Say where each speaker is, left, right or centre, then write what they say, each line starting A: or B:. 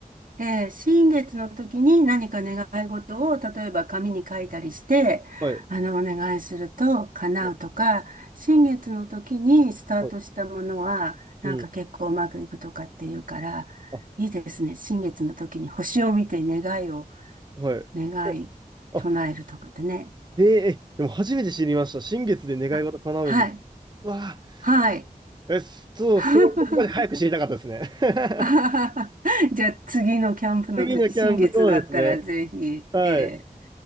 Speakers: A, on the right (about 65°); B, on the right (about 30°).
A: で、新月の時に何か願い事を例えば紙に書いたりして、
B: はい。
A: あの、お願いすると叶うとか、
B: はい。
A: 新月の時にスタートしたものはなんか結構うまくいくとかっていうから、
B: はい。うん。あ、
A: いいですね。新月の時に星を見て願いを、
B: はい。
A: 願い唱えるとかってね。
B: えあ、えーえ、でも初めて知りました。新月で願い事叶うんです。
A: あ、はい、
B: わ
A: はい。
B: あ、え、そう、
A: <laughs>
B: そういうとこまで早く知りたかったですね。<laughs>
A: <laughs> あははじゃあ次のキャンプの時、
B: 次のキャンプ、
A: 新月だったらぜひ、
B: そうですね。はい。
A: ええ